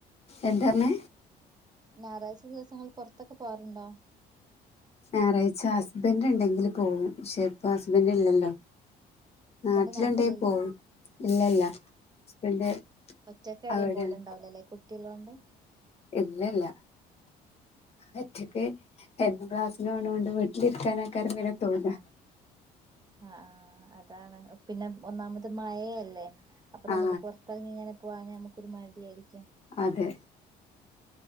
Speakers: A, on the left; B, on the right.
A: എന്താ പറഞ്ഞേ
B: ഞായറാഴ്ച്ച ദിവസങ്ങളിൽ പൊറത്തൊക്കെ പോവാറ്ണ്ടോ
A: ഞായറാഴ്ച്ച ഹസ്ബന്റ്ണ്ടെങ്കില് പോവും പക്ഷെ ഇപ്പ ഹസ്ബന്റ് ഇല്ലല്ലോ
B: ഹസ്ബൻഡ്
A: നാട്ടില്ണ്ടേ
B: നാട്ടിലില്ല
A: പോവും ഇല്ലല്ലാ ഹസ്ബൻഡ്
B: ഒറ്റക്കെടെം
A: അവിടെയാണ്
B: പോല്ണ്ടാവൂലല്ലേ കുട്ടിള്ളോണ്ട്
A: ഇല്ലല്ല ഒറ്റക്ക് എന്നും
B: ആഹ്
A: ക്ലാസ്സിന് പോണൊണ്ട് വി നിക്കനെക്കാരം പിന്നെ തോന്ന
B: ആഹ് അതാണ്. പിന്നെ ഒന്നാമത് മയയല്ലേ, അപ്പൊ
A: ആ
B: നമുക്ക് പൊർ ങ്ങനെ പോകാനോ നമുക്കൊരു മടിയായിരിക്കും.
A: അതെ.